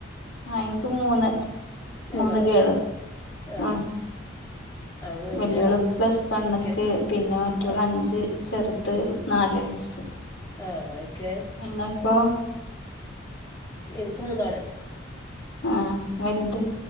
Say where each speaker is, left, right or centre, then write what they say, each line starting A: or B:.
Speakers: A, on the left; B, on the left.
A: ആ എനിക്ക് മൂന്ന്-
B: മൂന്നാൾ
A: മൂന്ന് ഗേള്
B: ആ
A: മ്
B: ആ മൂന്ന് പെൺകുട്ടികളാണ്
A: വലിയോള് പ്ലസ് വണ്ണ്ക്ക്-
B: ഇക്ക
A: പിന്നെ മറ്റോള്
B: ആ
A: അഞ്ച് ചെറുത് റുത് നാല് വയസ്സ്
B: ആ ഇക്ക
A: നിങ്ങൾക്കോ
B: എനിക്ക് മൂന്നാണ്
A: ആഹ വലുത്